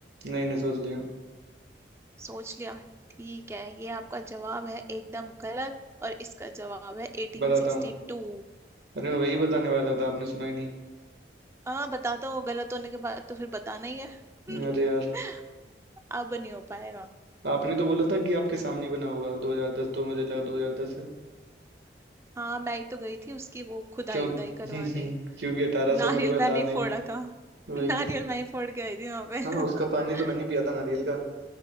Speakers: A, on the right; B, on the right.
A: नहीं नहीं सोच लिया
B: सोच लिया ठीक है ये आपका जवाब है एकदम गलत और इसका जवाब है 1862
A: बताता हूँ अरे मैं वही बताने वाला था आपने सुना ही नहीं
B: हाँ बता दो गलत होने के बाद तो फिर बताना ही है
A: हम्म
B: <laughs>
A: अरे यार
B: अब नहीं हो पाएगा
A: आपने तो बोला था कि आपके सामने ही बना होगा 2010 तो मुझे लगा 2010 है
B: हाँ मैं ही तो गई थी उसकी वो खुदाई
A: क्यों
B: उदाई
A: <laughs>
B: करवाने
A: क्योंकि 1800
B: नारियल
A: में तो मैं
B: मैंने
A: था
B: ही
A: नहीं
B: फोड़ा था
A: वही
B: <laughs> नारियल
A: तो
B: मैं ही फोड़ के आई थी वहां पे
A: हाँ उसका पानी तो मैंने
B: <laughs>
A: पिया था नारियल